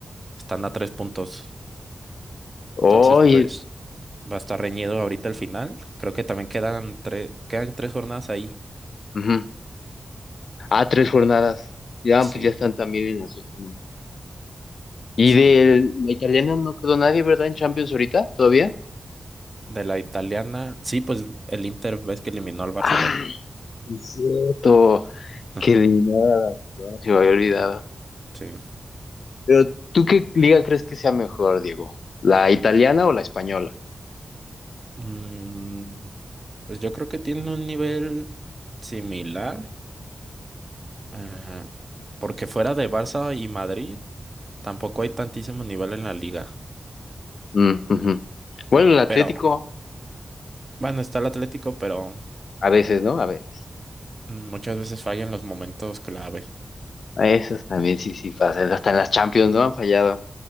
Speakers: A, on the right; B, on the left.
A: Están a tres puntos.
B: Oye,
A: Entonces, pues va a estar reñido ahorita el final. Creo que también quedan, tres quedan tres jornadas ahí.
B: ujú. Ah, tres jornadas. Ya,
A: Sí,
B: pues ya están también en las últimas. Y
A: sí.
B: de la italiana no quedó nadie, ¿verdad? En Champions ahorita, todavía.
A: De la italiana. Sí, pues el Inter ves que eliminó al Barcelona.
B: ah Es cierto,
A: <laughs>
B: que eliminaron a Barcelona, se me había olvidado.
A: Sí.
B: Pero, ¿tú qué liga crees que sea mejor, Diego? ¿La italiana o la española?
A: Mm, pues yo creo que tiene un nivel similar. eh, porque fuera de Barça y Madrid, tampoco hay tantísimo nivel en la liga.
B: Mm, ujú. Bueno, el Atlético,
A: Pero, bueno, está el Atlético, pero
B: a veces, ¿no? A veces.
A: mm, muchas veces falla en los momentos clave.
B: A esas también sí, sí pasan. Hasta en las Champions, ¿no? Han fallado.